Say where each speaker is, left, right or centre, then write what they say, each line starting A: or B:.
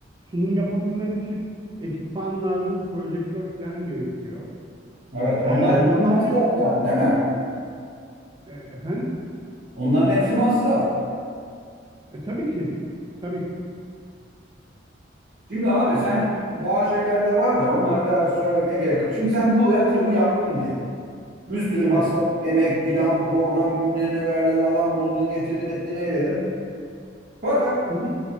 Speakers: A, on the right; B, on the right.
A: Sunum yapabilmen için ekipman lazım, projektör falan gerekiyor.
B: Evet,
A: Ee,
B: onlar
A: yabancı
B: hepsi masraf yani değil mi?
A: e, efendim?
B: Onların hepsi masraf.
A: E, tabii ki. Tabii ki.
B: Şimdi abi
A: Hepsi
B: sen
A: var.
B: daha şeyler de var da onları da söylemeye gerek yok. Şimdi sen bu yatırımı yaptın diye. Bir sürü
A: Evet.
B: masraf, emek, plan, program günlerine verdin, adam buldun, getirdin, ettin, eyledin. Fakat
A: Hı hı.